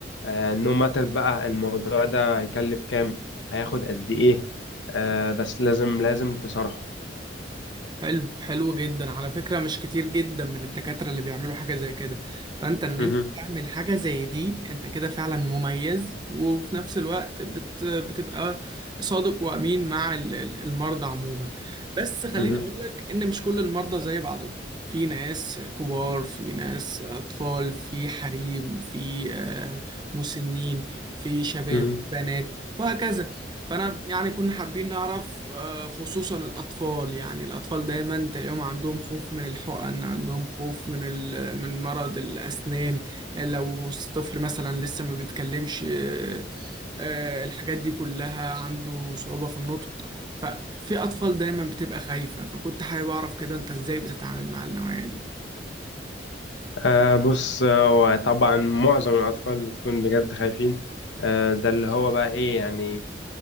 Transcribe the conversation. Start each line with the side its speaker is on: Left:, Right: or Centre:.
Left: آه، no matter بقى الموضوع ده هيكلف كام هياخد قد ايه آه، بس لازم لازم تصرحه
Right: حلو حلو جدا على فكرة مش كتير جدا من الدكاترة اللي بيعملوا حاجة زي كده فانت ان
Left: مهم.
Right: انت تعمل حاجة زي دي انت كده فعلا مميز وفي نفس الوقت بت بتبقى صادق وامين مع ال- ال- المرضى عموما بس خليني
Left: مهم.
Right: اقول لك ان مش كل المرضى زي بعضهم في ناس كبار في ناس اطفال في حريم في آه، مسنين في شباب
Left: مهم.
Right: بنات وهكذا فانا يعني كنا حابين نعرف آه، خصوصا الاطفال يعني الاطفال دايما تلاقيهم عندهم خوف من الحقن عندهم خوف من ال- من مرض الاسنان آه، لو هو الطفل مثلا لسه ما بيتكلمش آه، آه، الحاجات دي كلها عنده صعوبة في النطق ففي اطفال دايما بتبقى خايفة فكنت حابب اعرف كده انت ازاي بتتعامل مع النوعية دي
Left: آه بص آه طبعا معظم الأطفال بتكون بجد خايفين آه ده اللي هو بقى إيه يعني